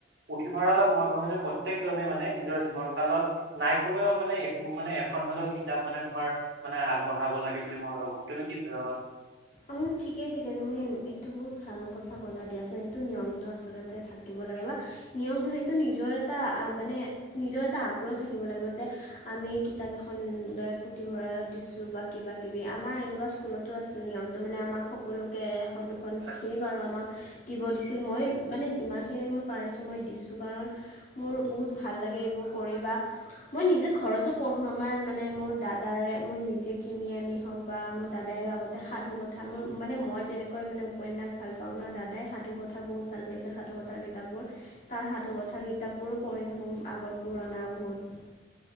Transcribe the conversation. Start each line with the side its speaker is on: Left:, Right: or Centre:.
Right: পুথিভঁৰালত মই ভাবো যে প্ৰত্যকজনে মানে নিজৰ জীৱন কালত নাই কমেও মানে একো মানে এখন হলেও কিতাপ মানে তোমাৰ, মানে আগবঢ়াব লাগে বুলি মই ভাবোঁ। তুমি কি বুলি ভাবা?
Left: অম ঠিকে ঠিকে তুমি এইটো বহুত ভাল কথা ক'লা দিয়াচোন। এইটো নিয়মটো আচলত তে থাকিব লাগে বা নিয়ম সেইটো নিজৰ এটা আ মানে নিজৰ এটা আগ্ৰহ থাকিব লাগিব যে আমি কিতাপ এখন দৰে পুথিভঁৰালত দিছোঁ বা কিবা - কিবি আমাৰ এনেকুৱা স্কুলত টো আছিল নিয়মটো মানে আমাক সকলোকে এখন দুখন
Right: হয়
Left: যিখিনি পাৰোঁ আমাক দিব দিছিল। মই মানে যিমানখিনি মই পাৰিছোঁ মই দিছোঁ কাৰণ মোৰ বহুত ভাল লাগে এইবোৰ কৰি বা মই নিজে ঘৰতো পঢ়ো আমাৰ মানে মোৰ দাদাৰে মই নিজে কিনি আনি হওঁক বা মোৰ দাদাইও আ গতে সাধু কথা মই মানে মই যেনেকৈ মানে উপন্যাস ভাল পাওঁ ন, দাদাই সাধু কথা বহুত ভাল পাইছিল। সাধু কথ তাৰ কিতাপবোৰ, তাৰ সাধুকথাৰ কিতাপবোৰো পঢ়ি থাকোঁ আগৰ পুৰণা বহুত।